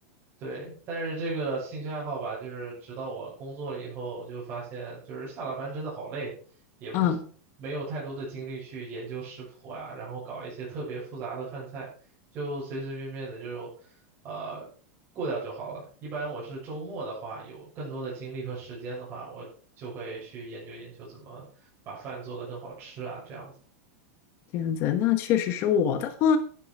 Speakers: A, on the right; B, on the left.
A: 对，但是这个兴趣爱好吧，就是直到我工作了以后，我就发现就是下了班真的好累，也不没有太多的精力去研究食谱啊，
B: 嗯。
A: 然后搞一些特别复杂的饭菜，就随随便便的就呃过掉就好了。一般我是周末的话，有更多的精力和时间的话，我就会去研究研究怎么把饭做得更好吃啊，这样子。
B: 这样子，那确实是我的话，